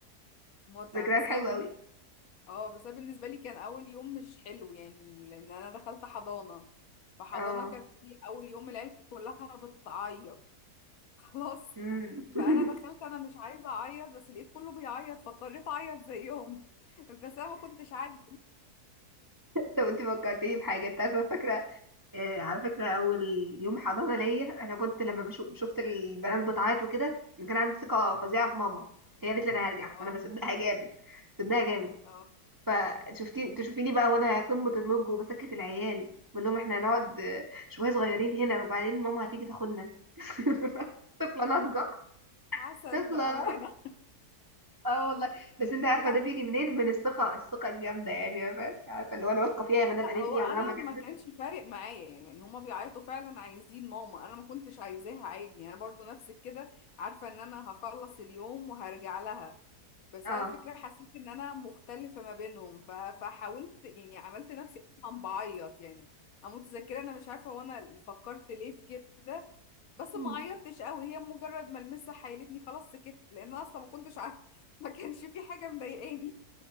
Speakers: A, on the left; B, on the right.
A: متعه
B: ذكريات
A: بس
B: حلوة
A: انا
B: أوي
A: اه بس أنا بالنسبه لي كان اول يوم مش حلو يعني لان انا دخلت حضانه فحضانه
B: اه
A: كانت كل اول يوم العيال كلها بتعيط <laughs> خلاص
B: امم
A: فانا
B: <laughs>
A: دخلت انا مش عايزه اعيط بس لقيت كله بيعيط فاضطريت اعيط زيهم <laughs> بس انا ما كنتش عايزه
B: طب انت فكرتيني بحاجة انت عارفة فاكرة آه على فكرة أول يوم حضانة ليا أنا كنت لما بشوف شفت البنات بتعيط وكده كان عندي ثقة فظيعة في ماما هي قالت لي أنا هرجع
A: اه
B: فأنا بصدقها جامد بصدقها جامد
A: اه
B: فشفتي
A: مم.
B: تشوفيني بقى وانا قمة النضج وبسكت العيال بقول لهم احنا هنقعد آه، شوية صغيرين هنا وبعدين ماما هتيجي تاخدنا <laughs> طفلة ناضجة
A: عسل
B: طفلة
A: بامانه
B: اه والله بس انت عارفة
A: لا
B: ده بيجي منين من الثقة الثقة الجامدة يعني عارفة عارفة اللي هو انا واثقة فيها يا مدام
A: لا
B: قالت
A: هو
B: لي
A: انا
B: عمرها ما كذبت
A: ما كانش فارق معايا يعني هما بيعيطوا فعلا عايزين ماما انا ما كنتش عايزاها عادي انا برضو نفس كده عارفه ان انا هخلص اليوم وهرجع لها بس
B: اه
A: انا فكرة حسيت ان انا مختلفة ما بينهم ف... فحاولت يعني عملت نفسي اصلا بعيط يعني انا متذكرة انا مش عارفة وانا فكرت ليه في كده بس
B: مم.
A: ما عيطتش قوي هي مجرد ما المسة حيلتني خلاص سكت لان أنا اصلا ما كنتش عارفة <laughs> ما كانش في حاجة مضايقاني